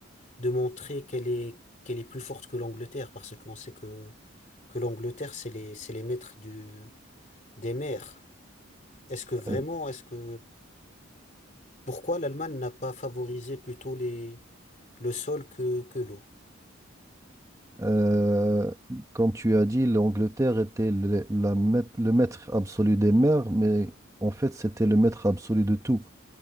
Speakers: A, on the left (about 40°); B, on the right (about 15°).
A: de montrer qu'elle est, qu'elle est plus forte que l'Angleterre? Parce qu'on sait que, que l'Angleterre, c'est les, c'est les maîtres du, des mers. Est-ce que vraiment,
B: Euh,
A: est-ce que Pourquoi l'Allemagne n'a pas favorisé plutôt les, le sol que, que l'eau?
B: euh, comme tu as dit, l'Angleterre était le, la maît- le maître absolu des mers, mais en fait, c'était le maître absolu de tout.